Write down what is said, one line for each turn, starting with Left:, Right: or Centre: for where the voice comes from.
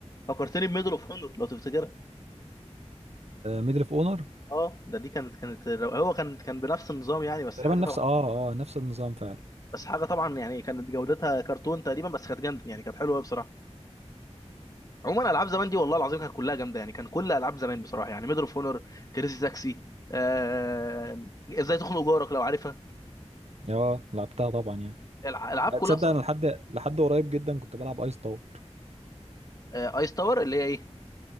Left: فكرتني بميدل اوف هونور لو تفتكرها
Right: ميدل اوف اونر
Left: اه ده دي كانت كانت رو- هو كان كان بنفس النظام يعني بس
Right: تقريبا
Left: حاجه
Right: نفس
Left: طبعا
Right: اه اه نفس النظام فعلا
Left: بس حاجه طبعا يعني كانت جودتها كرتون تقريبا بس كانت جامده يعني كانت حلوه قوي بصراحه عموما العاب زمان دي والله العظيم كانت كلها جامده يعني كان كل العاب زمان بصراحه يعني ميدل اوف هونور كريزي تاكسي آه... ازاي تخنق جارك لو عارفها
Right: اه لعبتها طبعا يعني
Left: الع- العاب
Right: آه،
Left: كلها
Right: تصدق
Left: بصراحه
Right: انا لحد لحد قريب جدا كنت بلعب ايس تاور
Left: جامدة. آه... ايس تاور اللي هي ايه